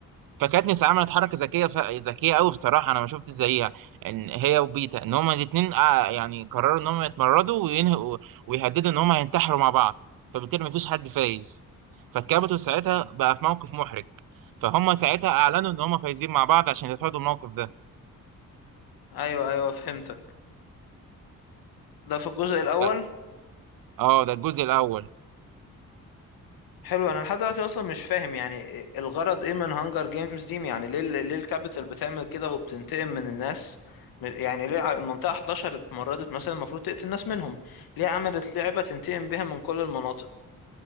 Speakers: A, on the right (about 70°); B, on the left (about 85°).
A: فكانت نسا عملت حركه ذكيه ف... ذكيه قوي بصراحه انا ما شفت زيها ان هي وبيتا ان هما الاثنين يعني قرروا ان هما يتمردوا وينهوا ويهددوا ان هما هينتحروا مع بعض فبالتالي ما فيش حد فايز فالكابتن ساعتها بقى في موقف محرج فهم ساعتها اعلنوا ان هما فايزين مع بعض عشان يتفادوا الموقف ده
B: ايوه ايوه فهمتك ده في الجزء الاول
A: ف- اه ده الجزء الاول
B: حلو انا لحد دلوقتي اصلا مش فاهم يعني إيه- الغرض ايه من هانجر جيمز دي يعني ليه ليه الكابيتال بتعمل كده وبتنتقم من الناس م- يعني ليه ع- المنطقة 11 اتمردت مثلا المفروض تقتل الناس منهم ليه عملت لعبة تنتقم بيها من كل المناطق